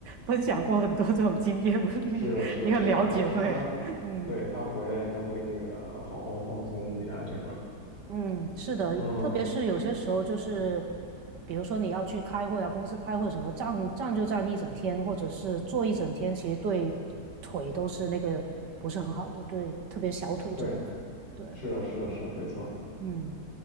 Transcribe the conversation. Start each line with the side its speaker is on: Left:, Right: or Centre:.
Right: 分享过很多这种经验，<laughs> 你你很了解。
Left: 是的，是的，是的，他他，
Right: 对，嗯
Left: 对，他回来都会那个好好放松一下这块儿。
Right: 嗯，是的，
Left: 嗯，
Right: 特别是有些时候就是，比如说你要去开会啊，公司开会什么，站站就站一整天，或者是坐一整天，其实对腿都是那个不是很好的，对，特别小腿这部分。
Left: 对，
Right: 对，
Left: 是的，是的，是的，没错儿
Right: 嗯。